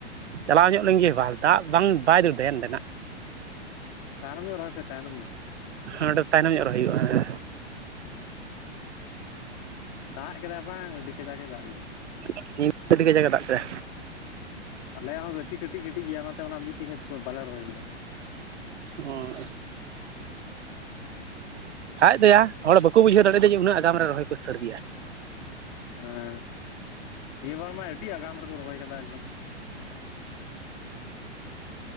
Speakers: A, on the right; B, on the left.
A: ᱪᱟᱞᱟᱣ ᱧᱚᱜ ᱞᱮᱱ ᱜᱮ ᱵᱟᱞᱛᱟ ᱵᱟᱝ ᱵᱟᱭ ᱫᱟᱹᱲ ᱫᱟᱭᱟ ᱱᱚᱸᱰᱮᱱᱟᱜ
B: ᱛᱟᱭᱱᱚᱢ ᱧᱚᱜ ᱨᱚᱦᱚᱭ ᱯᱮ ᱛᱟᱭᱱᱚᱢ ᱧᱚᱜ
A: ᱚᱸᱰᱮ ᱛᱟᱭᱱᱚᱢ ᱧᱚᱜ ᱨᱮ ᱦᱩᱭᱩᱜᱼᱟ ᱦᱮᱸ
B: <inaudible> ᱫᱟᱜ ᱠᱮᱫᱟᱭ ᱵᱟᱝ ᱟᱹᱰᱤ ᱠᱟᱡᱟᱠ ᱮ ᱫᱟᱜ ᱠᱮᱫᱟ
A: <unintelligible> ᱟᱹᱰᱤ ᱠᱟᱡᱟᱠᱮ ᱫᱟᱜ ᱠᱮᱫᱟ
B: ᱟᱞᱮᱭᱟᱜ ᱦᱚᱸ ᱜᱟᱪᱷᱤ ᱠᱟᱹᱴᱤᱡ ᱠᱟᱹᱴᱤᱡ ᱜᱮᱭᱟ ᱚᱱᱟᱛᱮ ᱚᱱᱟ ᱢᱤᱫᱴᱮᱱ ᱠᱷᱮᱛ ᱵᱟᱞᱮ ᱨᱚᱦᱚᱭ ᱠᱟᱫᱟ
A: <inaudible> ᱟᱡ ᱫᱚᱭᱟ ᱦᱚᱲ ᱵᱟᱠᱚ ᱵᱩᱡᱷᱟᱹᱣ ᱫᱟᱲᱮᱭᱟᱫᱟ ᱡᱮ ᱩᱱᱟᱹᱜ ᱟᱜᱟᱢ ᱨᱮ ᱨᱚᱦᱚᱭ ᱠᱚ ᱥᱟᱹᱨᱫᱤᱭᱟ
B: ᱦᱮᱸ ᱱᱤᱭᱟᱹ ᱵᱟᱨ ᱢᱟ ᱟᱹᱰᱤ ᱟᱜᱟᱢ ᱨᱮᱠᱚ ᱨᱚᱦᱚᱭ ᱠᱟᱫᱟ ᱮᱠᱫᱚᱢ